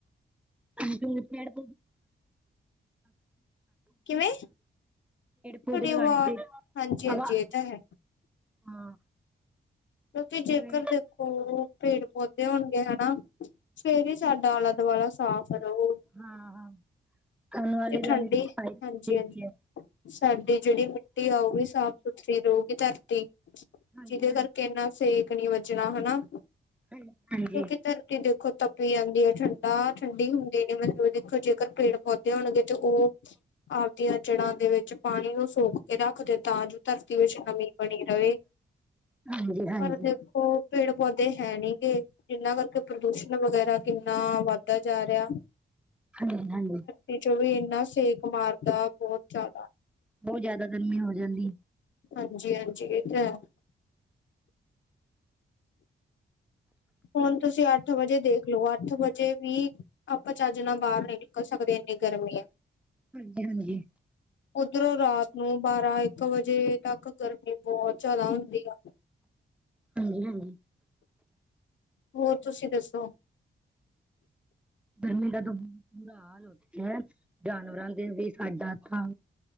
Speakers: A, in the centre; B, on the left (about 70°).
A: <unintelligible> ਪੇਡ
B: ਕਿਵੇਂ ਤੁਹਾਡੀ
A: ਪੌਦੇ ਲਗਾਨੇ
B: ਆਵਾਜ਼
A: ਚਾਹੀਦੇ,
B: ਹਾਂਜੀ ਹਾਂਜੀ
A: ਹਵਾ
B: ਇਹ ਤਾਂ ਹੈ
A: ਹਾਂ
B: ਕਿਉਂਕਿ ਜੇਕਰ
A: ਜਿਵੇਂ
B: ਦੇਖੋ ਉਹ ਪੇੜ ਪੌਦੇ ਹੋਣਗੇ ਹਨਾ। ਸਵੇਰੇ ਸਾਡਾ ਆਲਾ ਦੁਆਲਾ ਸਾਫ਼ ਰਹੋ।
A: ਹਾਂ-ਹਾਂ ਸਾਨੂੰ ਵਾਲੇ ਦਵਾਲੇ
B: ਠੰਡੀ
A: ਸਫਾਈ
B: ਹਾਂਜੀ ਹਾਂਜੀ
A: ਹੈ।
B: ਸਾਡੀ ਜਿਹੜੀ ਆਊਗੀ ਸਾਫ਼ ਸੁਥਰੀ ਰਹੁਗੀ ਧਰਤੀ
A: ਹਾਂਜੀ
B: ਜਿਹਦੇ ਕਰਕੇ ਇਨਾ ਸਿਹ ਨਹੀਂ ਵੱਜਣਾ ਹਨਾ
A: ਹਾਂਜੀ
B: ਕਿਉ
A: ਹਾਂਜੀ
B: ਫਿਰ। ਟੀ ਦੇਖੋ ਤਪੀ ਜਾਂਦੀ ਹੈ ਠੰਡਾ ਠੰਡੀ ਹੁੰਦੀ ਨੀ ਮਤਲਬ ਦੇਖੋ ਜੇਕਰ ਪੇੜ ਪੌਦੇ ਹੋਣਗੇ ਤੇ ਉਹ ਆਪਦੀਆਂ ਜੜ੍ਹਾਂ ਦੇ ਵਿੱਚ ਪਾਣੀ ਨੂੰ ਸੋਕ ਕੇ ਰੱਖ ਦਿ ਤਾਂ ਜੋ ਧਰਤੀ ਵਿੱਚ ਨਮੀਂ ਬਣੀ ਰਵੇ।
A: ਹਾਂਜੀ ਹਾਂਜੀ
B: ਪਰ ਦੇਖੋ ਪੇੜ ਪੌਦੇ ਹੈ ਨੀ ਗੇ। ਜਿਨਾਂ ਕਰਕੇ ਪ੍ਰਦੂਸ਼ਣ ਵਗੈਰਾ ਕਿੰਨਾ ਵੱਧਦਾ ਜਾ ਰਿਹਾ।
A: ਹਾਂਜੀ ਹਾਂਜੀ
B: ਵਿੱਚੋ ਵੀ ਇੰਨਾ ਸੇਕ ਮਾਰਦਾ, ਬਹੁਤ ਜ਼ਿਆਦਾ।
A: ਬਹੁਤ ਜਿਆਦਾ ਗਰਮੀ ਹੋ ਜਾਂਦੀ।
B: ਹਾਂਜੀ- ਹਾਂਜੀ ਇਹ ਤਾਂ ਹੈ ਹੁਣ ਤੁਸੀਂ ਅੱਠ ਵਜੇ ਦੇਖਲੋ, ਅੱਠ ਵਜੇ ਅਜੇ ਵੀ, ਆਪਾਂ ਚੱਜ ਨਾਲ ਬਾਹਰ ਨੀ ਨਿਕਲ ਸਕਦੇ ਇੰਨੀ ਗਰਮੀ ਐ
A: ਹਾਂਜੀ- ਹਾਂਜੀ
B: ਉਪਰੋਂ ਰਾਤ ਨੂੰ ਬਾਹਰ ਤਾਂ ਇੱਕ ਵਜੇ ਤੱਕ ਗਰਮੀ ਬਹੁਤ ਜ਼ਿਆਦਾ ਹੁੰਦੀ ਆ
A: ਹਾਂਜੀ- ਹਾਂਜੀ
B: ਹੋਰ ਤੁਸੀਂ ਦੱਸੋ
A: ਗਰਮੀ ਦਾ ਤਾਂ ਬ ਬੁਰਾ ਹਾਲ ਹੋ ਗਿਆ ਹੈ, ਜਾਨਵਰਾਂ ਦਾ ਤੇ ਸਾਡਾ ਤਾਂ